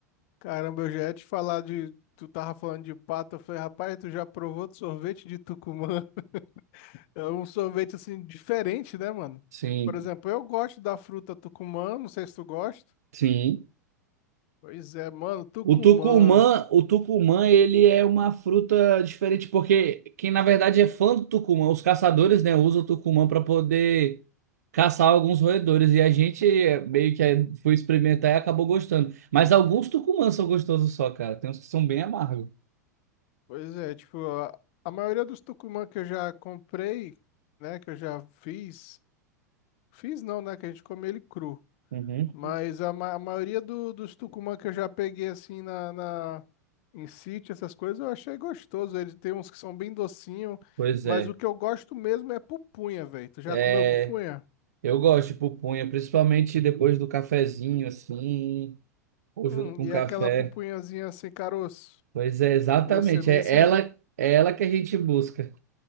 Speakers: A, on the left; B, on the right.
A: Caramba, eu já ia te falar de. Tu tava falando de pato, eu falei, rapaz, tu já provou de sorvete de Tucumã? <laughs> É um sorvete assim diferente, né, mano?
B: Sim,
A: Por exemplo, eu gosto da fruta Tucumã, não sei se tu gosta.
B: sim.
A: Pois é, mano, Tucumã.
B: O tucumã, o tucumã, ele é uma fruta diferente, porque quem na verdade é fã do tucumã, os caçadores, né, usam o tucumã para poder caçar alguns roedores, e a gente é, meio que é, foi experimentar e acabou gostando. Mas alguns tucumãs são gostosos só, cara, tem uns que são bem amargos.
A: Pois é, tipo, a, a maioria dos Tucumã que eu já comprei, né, que eu já fiz, fiz não, né, que a gente come ele cru.
B: Uhum.
A: Mas a, ma- a maioria do- dos tucumã que eu já peguei assim na, na- em sítio, essas coisas, eu achei gostoso. Ele tem uns que são bem docinho,
B: Pois
A: mas
B: é.
A: o que eu gosto mesmo é pupunha, velho. Tu já
B: É,
A: comeu pupunha?
B: eu gosto de pupunha, principalmente depois do cafezinho, assim, ou
A: Hum,
B: junto com
A: e
B: café.
A: aquela pupunhazinha sem caroço.
B: Pois é, exatamente,
A: Você nem
B: é
A: se,
B: ela, é ela que a gente busca.